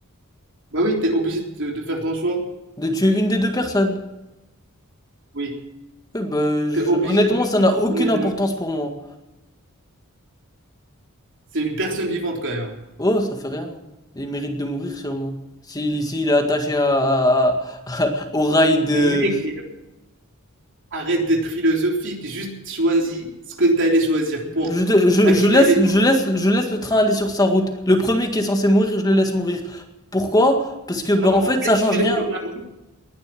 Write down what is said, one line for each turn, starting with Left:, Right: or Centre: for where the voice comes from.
Right: Bah oui, t'es obligé de, de faire ton choix.
Left: De tuer une des deux personnes.
Right: Oui,
Left: Eh ben, je-
Right: t'es obligé
Left: honnêtement,
Right: de
Left: ça n'a aucune
Right: tourner le-
Left: importance pour moi.
Right: C'est une personne vivante quand même. hein.
Left: Oh, ça fait rien. Il mérite de mourir sûrement. Si, s'il est attaché à, à- <laughs> au rail de...
Right: Mais mec, arrête d'être philosophique. Juste choisis ce que t'allais choisir. Point.
Left: Je, te- je,
Right: À
Left: je
Right: qui
Left: laisse,
Right: t'allais
Left: je laisse, je laisse le train aller sur sa route. Le premier qui est censé mourir, je le laisse mourir. Pourquoi? Parce que, ben,
Right: Non,
Left: en fait,
Right: en fait,
Left: ça
Right: si
Left: change
Right: tu
Left: rien.
Right: laisses rien-